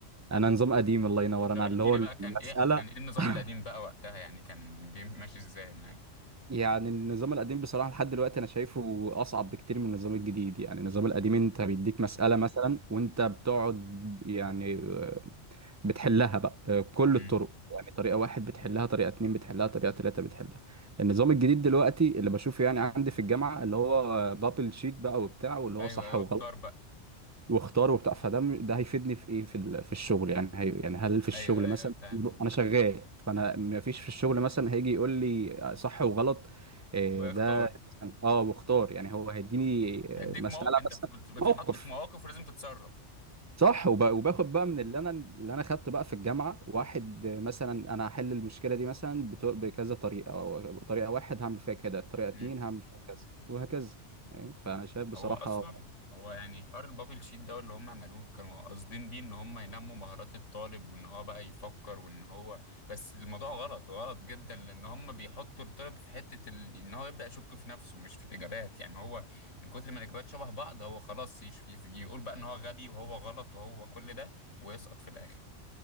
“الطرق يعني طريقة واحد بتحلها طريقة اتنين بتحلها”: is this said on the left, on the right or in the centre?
Right